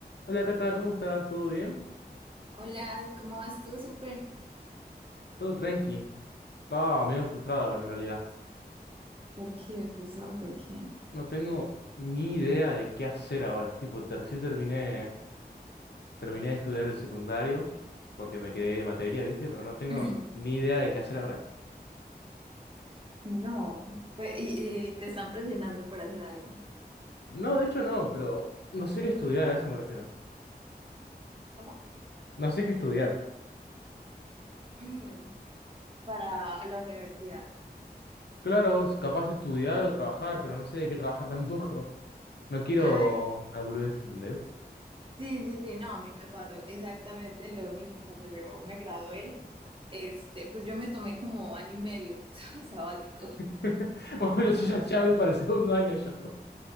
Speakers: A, on the left; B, on the right.
A: Hola Cata, ¿cómo estás? ¿Todo bien?
B: Hola, ¿cómo vas tú? Súper.
A: Todo tranqui. Estaba medio frustrada, bueno, en realidad.
B: ¿Por qué? Frustrado, ¿por qué?
A: No tengo ni idea de qué hacer ahora. Tipo, te- recién terminé, terminé de estudiar el secundario porque me quedé en materia, ¿viste? Pero no tengo
B: <clears throat>
A: ni idea de qué hacer ahora.
B: No. Pues, y, y te están presionando para hacer algo.
A: No, de hecho no, pero no sé qué estudiar, a eso me refiero.
B: ¿Cómo?
A: No sé qué estudiar.
B: Mm, para la universidad.
A: Claro, es capaz de estudiar o trabajar, pero no sé de qué trabajar <laughs> tampoco. No quiero
B: Ay,
A: una boludez, ¿entendés?
B: sí, sí, sí, no, a mí me pasó exactamente lo mismo cuando yo me gradué. Este, pues yo me tomé como año y medio <laughs> sabático.
A: <laughs> Bueno, yo ya,
B: Sí.
A: ya voy para el segundo año yo.